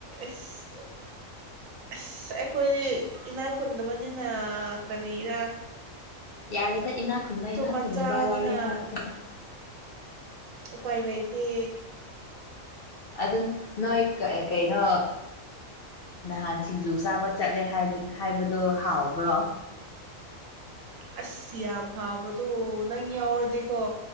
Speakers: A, on the right; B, on the left.
A: ꯑꯁ ꯑꯁ ꯑꯩꯈꯣꯏꯗꯤ ꯏꯅꯥ ꯈꯨꯨꯟꯗꯕꯅꯤꯅ ꯀꯔꯤꯔ
B: ꯌꯥꯔꯦꯗ ꯏꯅꯥ ꯈꯨꯨꯟꯕ ꯏꯅꯥ
A: ꯃꯆꯥꯅꯤꯅ
B: ꯈꯨꯨꯟꯗꯕ ꯋꯥꯔꯣꯏ ꯍꯥꯏꯔꯛꯀꯅ
A: ꯎꯄꯥꯏ ꯂꯩꯇꯦ
B: ꯑꯗꯨ ꯅꯣꯏ ꯀꯩꯅꯣ ꯅꯍꯥꯟ ꯁꯤꯡꯖꯨ ꯆꯥꯕ ꯆꯠꯂꯦ ꯍꯥꯏꯕꯗꯣ ꯍꯥꯎꯕ꯭ꯔꯣ
A: ꯑꯁ ꯍꯕꯗꯨ ꯅꯪ ꯌꯥꯎ ꯑꯗꯨꯖꯤꯀꯣ